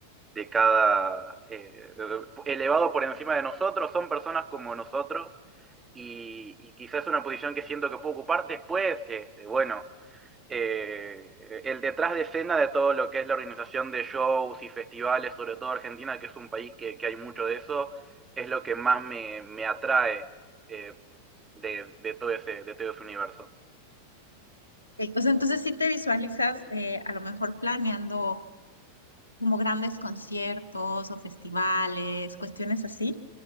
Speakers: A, on the right; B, on the left.
A: de cada, eh, elevado por encima de nosotros, son personas como nosotros y, y quizás es una posición que siento que puedo ocupar después, este, bueno, eh, el detrás de escena de todo lo que es la organización de shows y festivales, sobre todo Argentina, que es un país que, que hay mucho de eso, es lo que más me, me atrae eh, de, de, todo ese, de todo ese universo.
B: Ok, O sea, entonces sí te visualizas eh, a lo mejor planeando como grandes conciertos o festivales, cuestiones así.